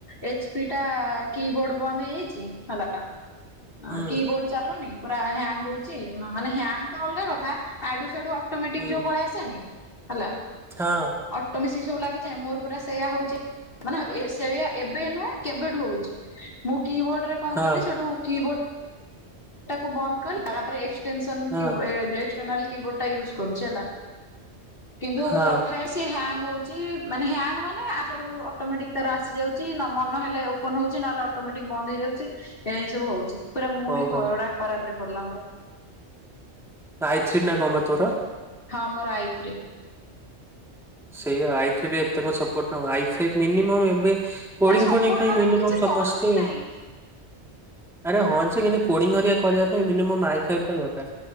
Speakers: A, on the left; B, in the centre.
A: ଏଚ୍ ପି ଟା କି ବୋର୍ଡ ବନ୍ଦ ହେଇଯାଇଚି ହେଲା ଅଁ-
B: ହୁଁ
A: କି ବୋର୍ଡ ଚାଲୁନି ପୁରା ହ୍ୟାଙ୍ଗ୍ ହଉଚି ମାନେ ହ୍ୟାଙ୍ଗ୍ ତ ଅଲଗା କଥା ଆଡୁ ସାଡୁ ଅଟୋମେଟିକ୍
B: ହୁଁ
A: ଯଉ ପଳେଇ ଆସେନି ହେଲା
B: ହଁ।
A: ଅଟୋମେସି ସବୁ ଲାଗିଯାଏ ମୋର ପୁରା ସେୟା ହଉଚି ମାନେ ଏ-ସେଇଆ ଏବେ ନୁହେଁ କେବେଠୁ ହଉଚି ମୁଁ କି ବୋର୍ଡ ରେ କଣ
B: ହଁ
A: କଲି ସେଠୁ କି ବୋର୍ଡ ତାକୁ ବନ୍ଦ କଲି ତାପରେ ଏକ୍ସଟେସନ୍
B: ହଁ
A: କି ବୋର୍ଡ ଏ- ଏକ୍ସଟର୍ନାଲ୍ କି ବୋର୍ଡ ଟା ୟୁଜ୍ କରୁଚି ହେଲା କିନ୍ତୁ
B: ହଁ
A: ତଥାପ୍ ହ୍ୟାଙ୍ଗ୍ ହଉଚି ମାନେ ହ୍ୟାଙ୍ଗ୍ ମାନେ ଆଡୁ ସାଡୁ ଅଟୋମେଟିକ୍ ତାର ଆସିଯାଉଚି ମନ ହେଲେ ଓ ଓପନ୍ ହଉଚି ନହେଲେ ଅଟୋମେଟିକ୍ ବନ୍ଦ୍ ହେଇଯାଉଚି ଏ ସବୁ ହଉଚି ପୁରା ମୁଁ
B: ଓହୋ
A: ବି ଖରାପ୍ ରେ ପଡିଲା ମୋର।
B: ହାଏଥ୍ରୀ ନା କଣ ବା ତୋର?
A: ହଁ ମୋର ଆଇଥ୍ରୀ।
B: ସେଇଆ ଆଇଥ୍ରୀ ଏତେ କଣ ସପୋର୍ଟ ନବ ଆଇଥ୍ରୀ ମିନିମମ୍ ଏବେ କୋଡିଙ୍ଗ୍
A: ତାର ସପୋର୍ଟ
B: ଫୋଡିଙ୍ଗ୍ ପାଇଁ
A: ମାନେ
B: ମିନିମମ୍
A: ମୁଁ କିଛି
B: ସମସ୍ତେ
A: କରୁ ହିଁ ନାହିଁ।
B: ଆରେ ହଁ ଯେ କିନ୍ତୁ କୋଡିଙ୍ଗ୍ ହରିଆ କରିବା ପାଇଁ ମିନିମମ୍ ଆଇଫାଇ ଟା ଦରକାର୍।